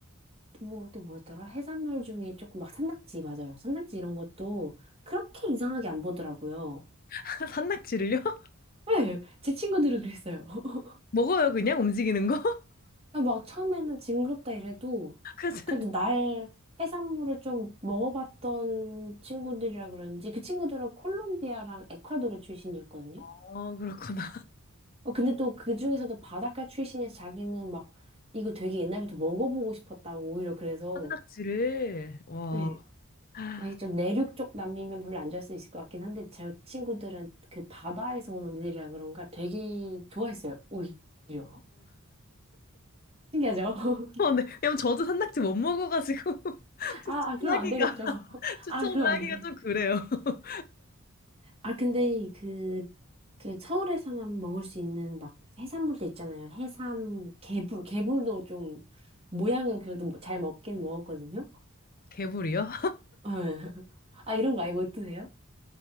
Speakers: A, on the right; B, on the left.
A: 뭐, 또 뭐였더라? 해산물 중에 조금 막 산낙지, 맞아요. 산낙지 이런 것도 그렇게 이상하게 안 보더라고요.
B: <laughs> 산낙지를요? <laughs>
A: 네, 제 친구들은 그랬어요. <laughs>
B: 먹어요, 그냥 움직이는 거? <laughs>
A: 아, 막 처음에는 징그럽다 이래도
B: 그래서,
A: 그래도 날 해산물을 좀 먹어봤던 친구들이라 그런지 그 친구들은 콜롬비아랑 에콰도르 출신이었거든요.
B: 어, 그렇구나.
A: 어, 근데 또 그 중에서도 바닷가 출신이어서 자기는 막 이거 되게 옛날부터 먹어보고 싶었다고 오히려 그래서
B: 산낙지를, 와.
A: 네,
B: 어, <laughs>
A: 만약에 좀 내륙 쪽 남미면 별로 안 좋아할 수 있을 것 같긴 한데 제 친구들은 그 바다에서 오는 일이라 그런가 되게 좋아했어요. 오히려. 신기하죠? <laughs>
B: 어, 네. 왜냐면 저도 산낙지 못 먹어가지고 <laughs>
A: 아, 아, 그럼
B: 추천하기가,
A: 안 되겠죠.
B: <laughs>
A: <laughs>
B: 추천을
A: 아, 그럼 안
B: 하기가
A: 돼.
B: 좀 그래요. <laughs>
A: 아, 근데 그, 그 서울에서만 먹을 수 있는 막 해산물도 있잖아요. 해삼, 개불, 개불도 좀 모양은 그래도 뭐잘 먹긴 먹었거든요.
B: 개불이요?
A: <laughs> 아, 이런 거 아예 못 드세요?